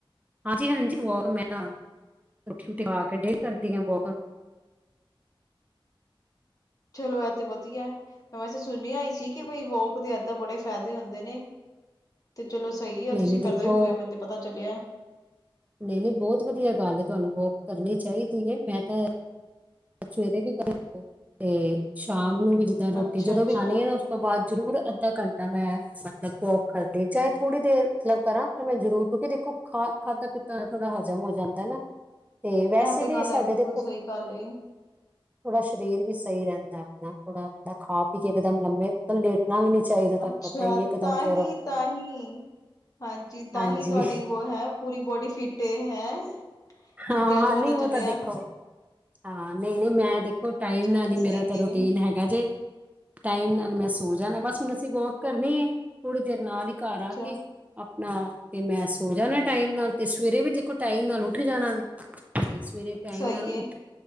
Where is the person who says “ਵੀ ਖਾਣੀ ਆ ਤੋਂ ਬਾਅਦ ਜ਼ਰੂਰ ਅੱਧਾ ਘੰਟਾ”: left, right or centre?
Right